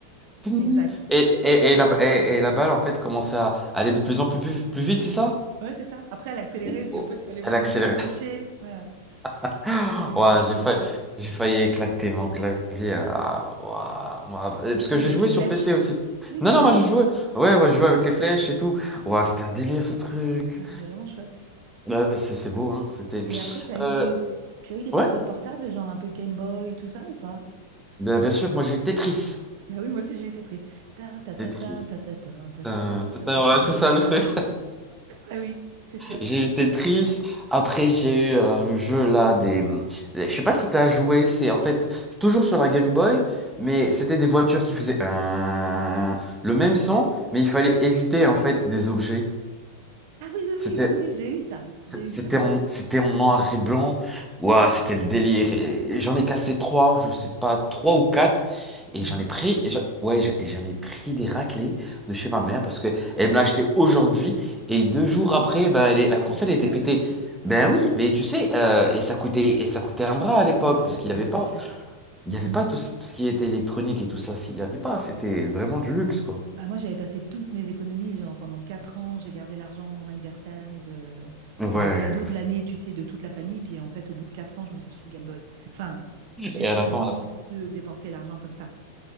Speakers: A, in the centre; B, on the right (about 50°).
A: tin.
B: exact.
A: Et, et, et, la, et, et la balle, en fait, commençait à aller de plus en plus, plus, plus vite, c'est ça?
B: Ouais, c'est ça. Après elle accélérait,
A: Ou-
B: et puis
A: ou-
B: en fait il fallait vraiment
A: Elle accélérait.
B: se dépêcher. Ouais, ouais.
A: <gasps>
B: C'était exactement
A: Ouais, j'ai failli,
B: ça.
A: j'ai failli éclater mon clavier. hein. ah, ouah, moi, euh, parce que
B: Oui,
A: j'ai
B: avec
A: joué
B: les flèches.
A: sur PC aussi.
B: Oui,
A: Non,
B: tu
A: non,
B: jouais
A: moi
B: avec
A: j'ai
B: les
A: joué.
B: flèches.
A: Ouais, ouais, je jouais avec les flèches et tout. Ouais, c'était un délire ce truc.
B: Ah, c'était vraiment chouette.
A: Ouais, c'est c'est beau, hein. C'était.
B: Et après, t'as eu,
A: Euh,
B: tu as eu des consoles
A: ouais,
B: portables, genre un peu Game Boy, tout ça ou pas?
A: bien, bien sûr, moi j'ai eu Tetris.
B: Bah oui, moi aussi j'ai eu Tetris. ta ta, ta,
A: Tetris.
B: ta ta, ta, ta ta,
A: Tin,
B: ta,
A: tin,
B: ta
A: tin,
B: ta, ta, ta
A: Ouais, c'est ça le truc.
B: Ah oui, c'est sûr.
A: J'ai eu Tetris, après j'ai eu euh, le jeu là des... Je sais pas si t'as joué, c'est en fait toujours sur la Game Boy, mais c'était des voitures qui faisaient un... le même son, mais il fallait éviter en fait des objets.
B: Ah oui, oui, oui,
A: C'était
B: oui, oui, j'ai eu ça. J'ai
A: c'était
B: eu ça.
A: en, c'était en noir et blanc. Ouah, c'était le délire. Et- J'en ai cassé trois, je sais pas, trois ou quatre. Et
B: Game
A: j'en
B: Boy?
A: ai pris, et j'en- ouais, j'ai- et j'en ai pris des raclées de chez ma mère parce que elle me l'a acheté aujourd'hui. Et deux jours après, ben, elle est- la console
B: Elle était
A: elle
B: cassée.
A: était pétée. Ben
B: Ouais, ouais.
A: oui, mais tu sais, euh, et ça coûtait, et ça coûtait un bras à l'époque
B: Ouais, ça
A: parce
B: a
A: qu'il
B: coûté
A: n'y avait
B: très
A: pas,
B: cher.
A: il
B: Mm,
A: y avait
B: mm.
A: pas tout, ce tout ce qui était électronique et tout ça. S'il y avait pas, c'était vraiment du luxe, quoi.
B: Bah moi, j'avais passé toutes mes économies, genre pendant quatre ans, j'ai gardé l'argent de mon anniversaire et, de,
A: Ouais.
B: et des cadeaux de l'année, tu sais, de toute la famille. Puis en fait, au bout de quatre ans, je me suis acheté une Game Boy. Enfin, j'ai
A: Et
B: choisi
A: à la fin, on a-
B: de dépenser l'argent comme ça.